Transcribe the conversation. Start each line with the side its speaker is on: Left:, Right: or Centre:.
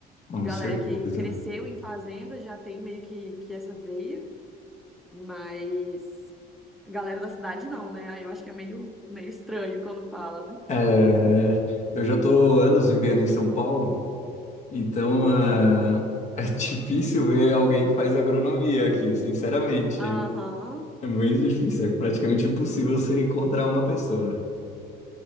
Left: com
Centre: galera
Left: certeza.
Centre: que cresceu em fazenda já tem meio que, que essa veia, mas a galera da cidade não, né? Aí Eu acho que é meio, meio estranho quando fala.
Left: É, eu já estou anos vivendo em São Paulo, então
Centre: Aham,
Left: é, <laughs> é difícil ver alguém que faz agronomia aqui, sinceramente.
Centre: aham.
Left: É muito difícil, é praticamente impossível você encontrar uma pessoa.